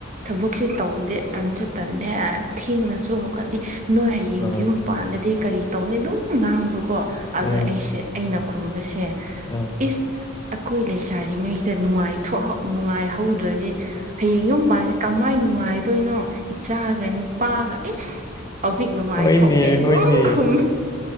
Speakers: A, on the right (about 35°); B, on the left (about 15°).
A: ꯊꯕꯛꯁꯨ ꯇꯧꯗꯦ ꯇꯟꯁꯨ ꯇꯟꯂꯦ ꯊꯦꯡꯅꯁꯨ ꯍꯧꯣꯀꯠꯂꯤ ꯅꯣꯏ ꯍꯌꯦꯡ
B: ꯑꯥ
A: ꯌꯨꯝ ꯄꯥꯟꯜꯂꯗꯤ ꯀꯔꯤ ꯇꯧꯅꯤ ꯑꯗꯨꯝ ꯉꯥꯡꯕꯀꯣ ꯑꯗ
B: ꯎꯝ
A: ꯑꯩꯁꯦ ꯑꯩꯅ ꯈꯨꯝꯕꯁꯦ
B: ꯎꯝ
A: ꯏꯁ ꯑꯩꯈꯣꯏ ꯂꯩꯁꯔꯤꯉꯩꯗ ꯅꯨꯡꯉꯥꯏꯊ ꯅꯨꯡꯉꯥꯏꯍꯧꯗ꯭ꯔꯗꯤ ꯍꯌꯦꯡ ꯌꯨꯝ ꯄꯥꯟꯒꯦ ꯀꯃꯥꯏ ꯅꯨꯡꯉꯥꯏꯗꯣꯏꯅꯣ ꯏꯆꯥꯒ ꯅꯨꯄꯥꯒ ꯑꯦꯁ ꯍꯧꯖꯤꯛ ꯅꯨꯡꯉꯥꯏꯊꯣꯛꯀꯦ
B: ꯍꯣꯏꯅꯦ ꯍꯣꯏꯅꯦ
A: ꯂꯣꯡ ꯈꯨꯝ